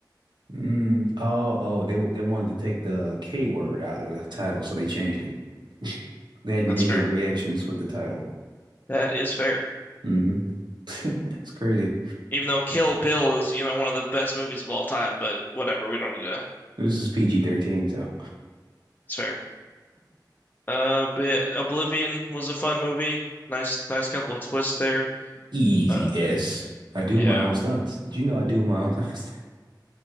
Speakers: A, on the right (about 75°); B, on the left (about 25°).
A: Mm, oh, oh, they they wanted to take the K word out of the title, so they changed it. They had
B: That's
A: negative
B: fair.
A: reactions with the title.
B: That is fair.
A: hmm <laughs> It's crazy.
B: Even though Kill Bill is, you know, one of the best movies of all time, but whatever, we don't need to.
A: This is PG-13, so
B: It's fair. Uh, but yeah, Oblivion was a fun movie. Nice, nice couple of twists there.
A: easy
B: Uh,
A: S. I do
B: yeah,
A: my own stunts. Did you know I do my own stunts?